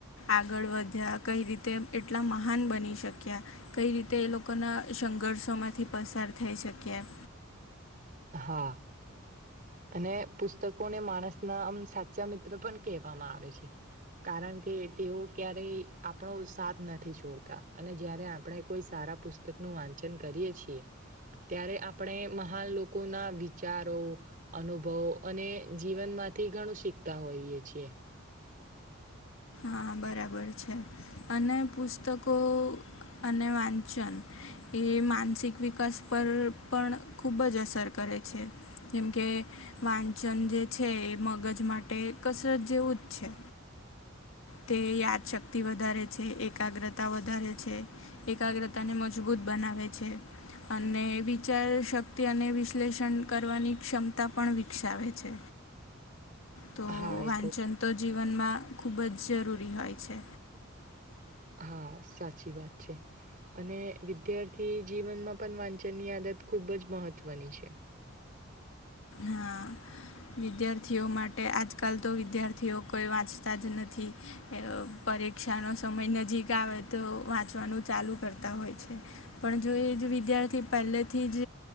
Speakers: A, on the left; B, on the right.
A: આગળ વધ્યા કઈ રીતે એટલા મહાન બની શક્યા. કઈ રીતે એ લોકો ના સંઘર્ષો માંથી પસાર થઈ શકયા.
B: હા. અને પુસ્તકોને માણસના આમ સાચા મિત્ર પણ કહેવામાં આવે છે. કારણ કે તેઓ ક્યારેય આપણો સાથ નથી છોડતા અને જય્યારે આપણે કોઈ સારા પુસ્ત પુસ્તક નું વાંચન કરીએ છીએ ત્યારે આપણે મહાન લોકો ના વિચારો અનુભવો અને જીવનમાંથી ઘણું શીખતા હોઈએ છીએ
A: હા બરાબર છે અને પુસ્તકો અને વાંચન એ માનસિક વિકાસ પર પણ ખુબ જ અસર કરે છે. જેમ કે વાંચન જે છે એ મગજ માટે કસરત જેવું જ છે. તે યાદશક્તિ વધારે છે એકાગ્રતા વધારે છે. એકાગ્રતા ને મજબૂત બનાવે છે. અને વિચાર શક્તિ અને વિશ્લેષણ કરવાની ક્ષમતા પણ વિકસાવે છે. તો
B: હા એ
A: વાંચન તો જીવનમાં ખુબ જ જરૂરી હોય છે.
B: હા સાચી વાત છે. અને વિદ્યાર્થી જીવનમાં પણ વાંચનની આદત ખૂબ જ મહત્ત્વની છે.
A: હા વિદ્યાર્થીઓ માટે આજકાલ તો વિદ્યાર્થીઓ કોઈ વાંચતા જ નથી પરીક્ષા નો સમય નજીક આવે તો વાંચવાનું ચાલુ કરતા હોય છે. પણ જો એ જ વિદ્યાર્થી પહેલે થી જ